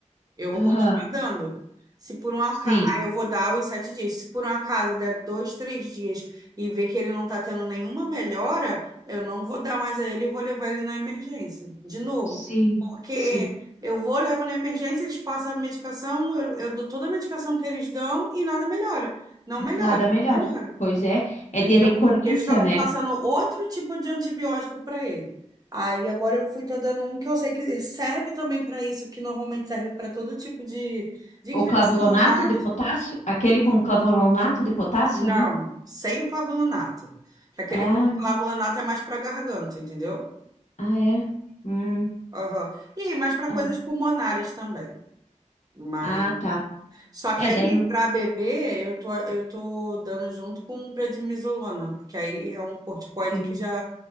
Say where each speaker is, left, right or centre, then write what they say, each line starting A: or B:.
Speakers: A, on the right (about 30°); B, on the left (about 65°).
A: eu vou
B: Aham.
A: continuar dando. Se por um acaso,
B: Sim,
A: aí eu vou dar os sete dias. Se por um acaso der dois, três dias e ver que ele não tá tendo nenhuma melhora, eu não vou dar mais a ele e vou levar ele na emergência, de novo.
B: sim,
A: Porque
B: sim.
A: eu vou, levo na emergência, eles passam a medicação, eu, eu dou toda a medicação que eles dão e nada melhora. Não melhora,
B: Nada melhor.
A: não melhora.
B: Pois é, é
A: Então,
B: de recorrência,
A: e eles estavam
B: né?
A: passando outro tipo de antibiótico para ele. Aí agora eu fui tô dando um que eu sei que serve também para isso, que normalmente serve para todo tipo de, de infecção,
B: O clavulonato
A: mas
B: de potássio, aquele com clavulonato de potássio,
A: não,
B: né?
A: sem o clavulanato. Aquele
B: Ah,
A: com clavulanato é mais para garganta, entendeu?
B: ah, é. Hum.
A: Aham. E mais para
B: Ah,
A: coisas pulmonares também. Mas
B: ah, tá.
A: Só que
B: É,
A: aí,
B: daí no.
A: para beber, eu tô, eu tô dando junto com prednisolona, porque aí é um corticoide
B: Sim.
A: que já